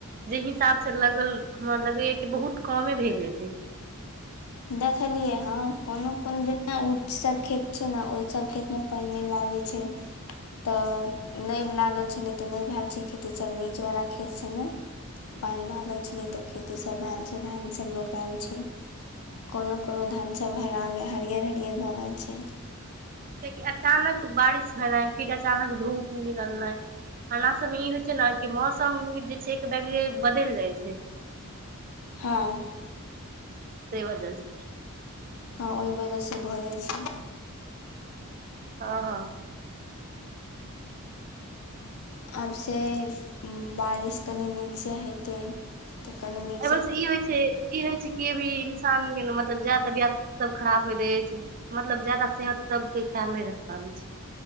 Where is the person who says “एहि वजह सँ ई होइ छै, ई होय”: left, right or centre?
Right